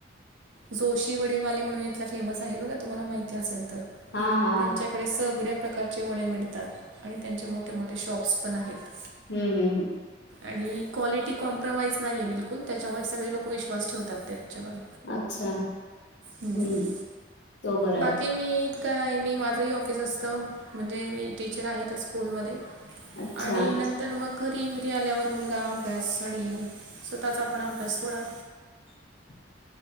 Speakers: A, on the right; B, on the left.
A: जोशी वडेवाले म्हणून इथला फेमस आहे बघा तुम्हाला माहिती असेल तर
B: हा हा <unintelligible>
A: त्यांच्याकडे सगळ्या प्रकारचे वडे मिळतात आणि त्यांचे मोठे मोठे शॉप्स पण आहेत
B: हम् हम् हम <unintelligible>
A: आणि क्वालिटी कॉम्प्रमाइज नाही आहे बिलकुल त्याच्यामुळे सगळे लोक विश्वास ठेवतात त्याच्यावर
B: अच्छा हम्म
A: ह्
B: तो बरा
A: बाकी
B: आहे
A: मी काय, मी माझंही ऑफिस असतो म्हणजे मी टीचर आहे ते स्कूलमध्ये.
B: अच्छा
A: आणि नंत <unintelligible> तर मग घरी घरी आल्यावर मुलगा अभ्यास आणि स्वतःचा आपण अभ्यास थोडा
B: <unintelligible>